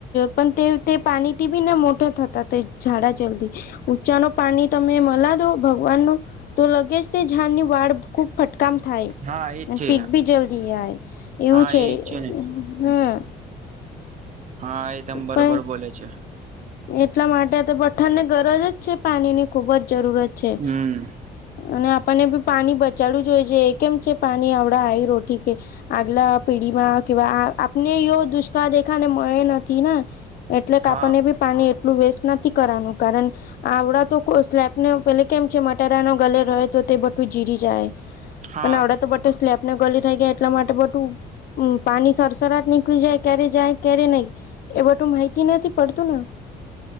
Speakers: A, on the left; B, on the right.
A: પણ તે તે પાણીથી બી મોટા થતા તે ઝાડા જલ્દી ઊંચા નુ પાણી તમે મલા દો ભગવાન ન તો લગે જ તે ઝાડની વાળ ખૂબ ફટકામ થાય.
B: હા એજ
A: અને
B: છે
A: પીક ભી જલ્દી જાય એવું
B: હા
A: છે
B: એજ ને
A: હમ
B: હા એ તમ બરોબર
A: પણ
B: બોલે છે.
A: એટલા માટે તો પઠાણને ગરજ જ છે પાણી ની ખુબ જ જરૂરત છે.
B: હમ
A: અને આપણને બી પાણી બચાડવું જો હોય છે કેમ છે પાણી આવડા હ રોટી કે આગલા પેઢીમાં કેવા આપને એવ દુષ્કાળ દેખાને મળે નથી ને એટલે કે
B: હા
A: આપણને બી પાણી એટલું વેસ્ટ નથી કરવાનું કારણ આવડા તો સ્લેબ ને પેલે કેમ છે મટાડા નો ગલે હોય તો તે બું જીરી જાય
B: હા
A: પણ આવડ તો સ્લેબ ને ગલી થઈ ગયા એટલા માટે બધું <unintelligible> હમ પાણી સરસરાટ નીકળી જાય ક્યારે જાય ક્યારે નહી એ બધું માહિતી નથી પડતું ને